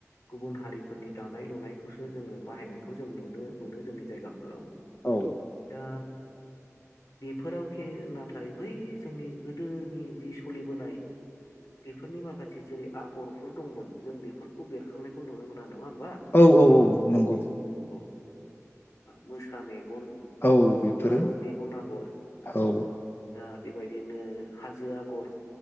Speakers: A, on the left; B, on the left.
A: गुबुन हारिफोरनि दानाय लुनायखौसो जोङो बाहायनायखौ जों नुनो मोनो जोंनि जायगाफोराव।
B: औ।
A: ओ बेफोरावखि नाथाय बै जोंनि गोदोनि जि सोलिबोनाय बेफोरनि माखासे जेरै आगरफोर दंमोन जों बेफोरखौ बेरखांनायखौ नुनो मोना नाङा होनबा।
B: औ औ औ नंगौ।
A: ओ मोसानाय <unintelligible>
B: औ बेफोरो
A: फारौ मेगन आगर
B: औ
A: दा बेबायदिनो हाजो आगर